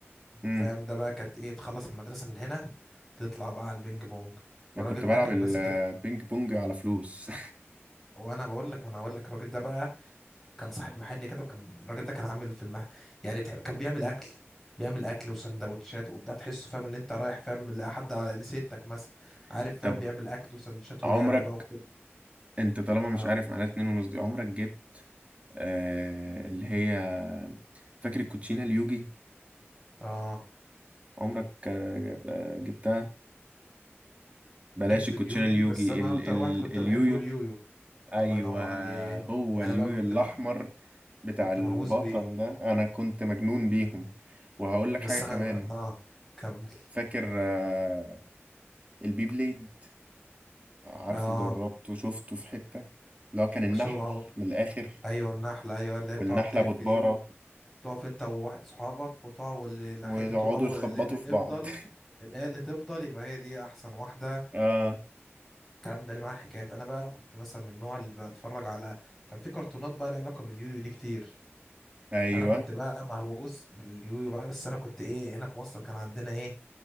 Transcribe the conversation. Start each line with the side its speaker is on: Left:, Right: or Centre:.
Right: امم
Centre: فاهم ده بقى كانت ايه تخلص المدرسه من هنا تطلع بقى على البينج بونج والراجل
Right: انا كنت بلعب
Centre: ده كان
Right: البينج
Centre: ماسك
Right: بونج على فلوس
Centre: وانا بقول لك ما انا هقول لك الراجل ده بقى كان صاحب محل كده وكان الراجل ده كان عامل في المحل يعني تح- كان بيعمل اكل بيعمل اكل وسندوتشات وبتاع تحسه فاهم ان انت رايح فاهم لحد لستك مثلا عارف
Right: <laughs>
Centre: فاهم
Right: طب
Centre: بيعمل اكل وسندوتشات ولعب
Right: عمرك
Centre: بقى وكله
Right: انت طالما
Centre: اه
Right: مش عارف معناها اتنين ونص دي عمرك جبت آه اللي هي فاكر الكوتشينه اليوجي
Centre: اه
Right: عمرك آه آه، جبتها بلاش
Centre: جبت
Right: الكوتشينه
Centre: اليوجي
Right: اليوجي
Centre: بس انا
Right: ال
Centre: اكتر
Right: ال
Centre: واحد كنت
Right: اليويو
Centre: بحبه اليويو
Right: ايوه
Centre: الله ينور عليه
Right: هو
Centre: انا
Right: اليويو
Centre: بقى كنت
Right: الاحمر
Centre: ما
Right: بتاع
Centre: كنت
Right: البطل
Centre: مهووس بيه
Right: ده انا كنت مجنون بيهم وهقول لك
Centre: بس
Right: حاجه
Centre: انا
Right: كمان
Centre: بقى اه كمل
Right: فاكر آه، البي بليد عارفه
Centre: اه
Right: جربته شفته في حته اللي هو كان النحل
Centre: وشو آه.
Right: من الاخر
Centre: ايوه النحله ايوه اللي هي
Right: والنحله
Centre: بتقعد تلف
Right: بتبارة
Centre: دي تقف انت وواحد صحابك وتقع واللي ناحيته
Right: ويقعدوا
Centre: اول
Right: يخبطوا
Centre: اللي هي اللي تفضل
Right: في بعض
Centre: اللي هي اللي تفضل يبقى هي دي احسن واحده
Right: <laughs> اه
Centre: الكلام ده اللي معاه حكايات انا بقى كنت مثلا من النوع اللي بتفرج على كان في كرتونات بقى لها علاقه باليويو دي كتير
Right: ايوه
Centre: فانا كنت بقى مهووس باليويو بقى بس انا كنت ايه هنا في مصر كان عندنا ايه